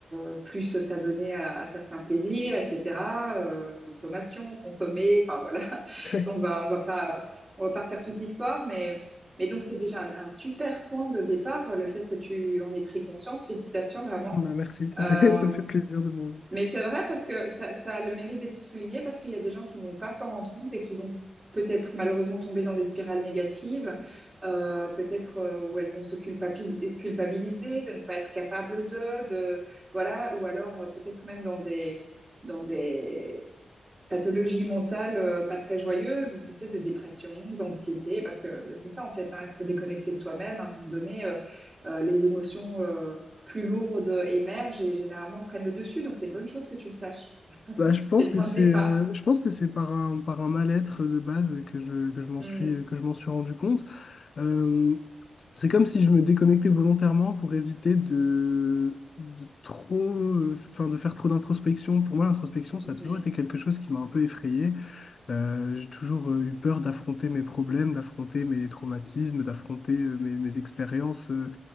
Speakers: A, on the right; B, on the left.
A: euh, plus s'adonner à, à certains plaisirs, etc. euh, consommation, consommer, enfin voilà. <laughs>
B: <laughs>
A: On va, on va pas, on va pas refaire toute l'histoire, mais, mais donc c'est déjà un, un super point de départ, le fait que tu en aies pris conscience. Félicitations, vraiment.
B: Bah, merci, ça
A: Euh,
B: fait, <laughs> ça fait plaisir de m'en...
A: mais c'est vrai parce que ça, ça a le mérite d'être souligné parce qu'il y a des gens qui ne vont pas s'en rendre compte et qui vont peut-être malheureusement tomber dans des spirales négatives, euh, peut-être euh, où elles vont se culpabil- culpabiliser de ne pas être capable de, de voilà, ou alors euh, peut-être même dans des dans des pathologie mentale euh, pas très joyeuse, tu sais, de dépression, d'anxiété, parce que bah, c'est ça en fait, hein, être déconnecté de soi-même, à un moment donné, euh, euh, les émotions euh, plus lourdes émergent et généralement prennent le dessus, donc c'est une bonne chose que tu le saches.
B: Bah, je pense
A: C'est le
B: que
A: point
B: c'est
A: de départ.
B: euh, je pense que c'est par un, par un mal-être de base que je, que je m'en
A: Mm,
B: suis, que je m'en suis rendu compte. Euh, c'est comme si je me déconnectais volontairement pour éviter de, de trop, euh, enfin, de faire trop d'introspection. Pour moi, l'introspection, ça
A: mhm,
B: a toujours été quelque chose qui m'a un peu effrayé. Euh, j'ai toujours euh, eu peur d'affronter mes problèmes, d'affronter mes traumatismes, d'affronter euh, mes, mes expériences euh,